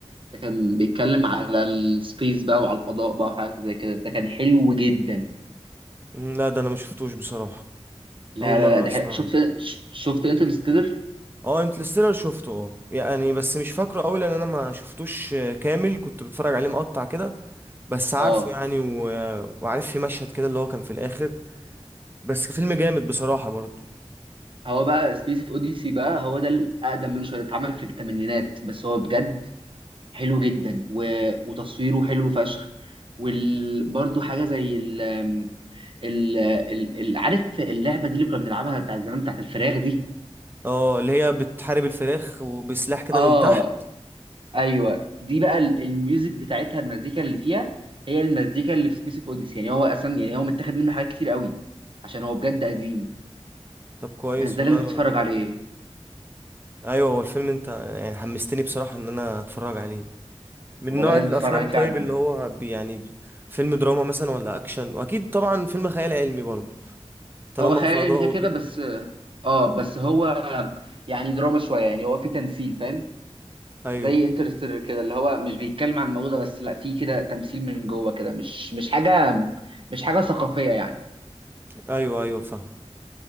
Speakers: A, on the right; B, on the right.
A: ده كان بيتكلم على السبيس بقى وعلى الفضاء بقى وحاجات زي كده ده كان حلو جدا
B: مم، لا ده انا مش شفتوش بصراحة
A: لا
B: اول
A: لا
B: مرة
A: لا ده
B: اسمع
A: حلو. شفت
B: عنه
A: ش- شفت انترستيلر
B: اه انترستيلر شفته اه يعني بس مش فاكره قوي لان انا ما شفتوش آه، كامل كنت بتفرج عليه مقطع كده بس عارفه
A: اه
B: يعني و... وعارف في مشهد كده اللي هو كان في الاخر بس فيلم جامد بصراحة برضه
A: هو بقى سبيس اوف اوديسي بقى هو ده الاقدم منه شويه اتعمل في الثمانينات بس هو بجد حلو جدا و... وتصويره حلو فشخ وال... برضو حاجه زي ال... ال... ال... ال... عارف اللعبه دي اللي كنا بنلعبها بتاعت زمان بتاعت الفراخ دي
B: اه اللي هي بتحارب الفراخ وبسلاح كده
A: اه
B: من تحت
A: ايوه دي بقى ال- الميوزك بتاعتها المزيكا اللي فيها هي المزيكا اللي في سبيس اوف اوديسي يعني هو اصلا يعني هو متاخد منه حاجات كتير قوي عشان هو بجد قديم
B: طب كويس
A: بس ده
B: والله
A: لازم
B: انا
A: تتفرج عليه
B: ايوه هو الفيلم انت يعني حمستني بصراحة ان انا اتفرج عليه من
A: والله
B: نوع
A: لازم
B: الافلام
A: تتفرج عليه فعلا
B: طيب اللي هو بي يعني فيلم دراما مثلا ولا اكشن واكيد طبعا فيلم خيال علمي برضه طالما
A: هو خيال
B: فضاء
A: علمي كده كده
B: وكده
A: بس اه بس هو يعني دراما شويه يعني هو في تمثيل فاهم
B: ايوه
A: زي انترستيلر كده اللي هو مش بيتكلم عن الموضوع ده بس لا في كده تمثيل من جوه كده مش مش حاجه مش حاجه ثقافيه يعني
B: ايوه ايوه فاهم